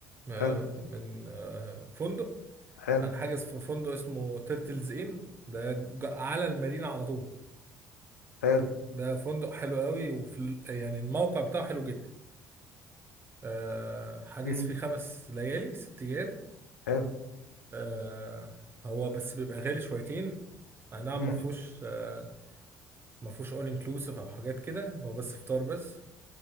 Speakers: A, on the right (about 30°); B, on the left (about 80°).
A: آه،
B: حلو
A: من آه، فندق
B: حلو
A: هنحجز في فندق اسمه تيرتلز ان ده ج- على المارينا على طول
B: حلو
A: ده فندق حلو قوي وفي ال- يعني الموقع بتاعه حلو جدا آه، حاجز
B: امم
A: فيه خمس ليالي ست ايام
B: حلو
A: آه، هو بس بيبقى غالي شويتين اي نعم
B: امم
A: ما فيهوش آه، ما فيهوش اول انكلوسيف او حاجات كده هو بس فطار بس